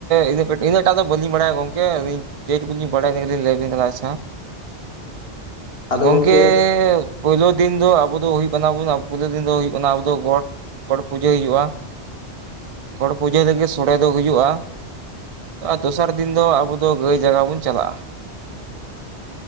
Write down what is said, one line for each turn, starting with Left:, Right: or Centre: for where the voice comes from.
Right: ᱤᱱᱟᱹ ᱤᱱᱟᱹᱴᱟᱜ ᱫᱚ ᱵᱟᱹᱞᱤᱧ ᱵᱟᱲᱟᱭᱟ ᱜᱚᱝᱠᱮ ᱟᱹᱞᱤᱧ ᱪᱮᱴ ᱠᱚᱧ ᱵᱟᱲᱟᱭ ᱮᱱᱟ ᱮᱱᱟᱠᱚ ᱜᱮ ᱞᱤᱧ ᱞᱟᱹᱭᱟᱵᱤᱱ ᱠᱟᱱᱟ ᱟᱪᱪᱷᱟ᱾
Left: <inaudible> ᱟᱫᱚ
Right: ᱜᱚᱝᱠᱮ
Left: ᱜᱚᱢᱠᱮ
Right: ᱯᱳᱭᱞᱳ ᱫᱤᱱ ᱫᱚ ᱟᱵᱚ ᱫᱚ ᱦᱳᱭᱳᱜ ᱠᱟᱱᱟ ᱵᱚᱱ ᱯᱳᱭᱞᱳ ᱫᱤᱱ ᱫᱚ ᱦᱳᱭᱳᱜ ᱠᱟᱱᱟ ᱟᱵᱚ ᱫᱚ ᱜᱚᱴ ᱜᱚᱴ ᱯᱩᱡᱟᱹ ᱦᱩᱭᱩᱜᱼᱟ ᱜᱚᱴ ᱯᱩᱡᱟᱹ ᱨᱮᱜᱮ ᱥᱚᱬᱮ ᱫᱚ ᱦᱩᱭᱩᱜᱼᱟ᱾ ᱚᱱᱟ ᱫᱚᱥᱟᱨ ᱫᱤᱱ ᱫᱚ ᱟᱵᱚ ᱫᱚ ᱜᱟᱹᱭ ᱡᱟᱜᱟᱣ ᱵᱚᱱ ᱪᱟᱞᱟᱜᱼᱟ᱾